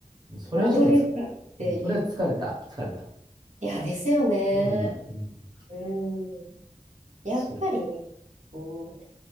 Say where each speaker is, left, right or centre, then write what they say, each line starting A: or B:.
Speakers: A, on the right (about 35°); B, on the right (about 70°).
A: それはちょっと
B: 戻れるかっていう。
A: うんそれは疲れた。疲れた。
B: いや、ですよね。
A: もういい。うん、
B: うん。やっぱりね、
A: そう。
B: うん、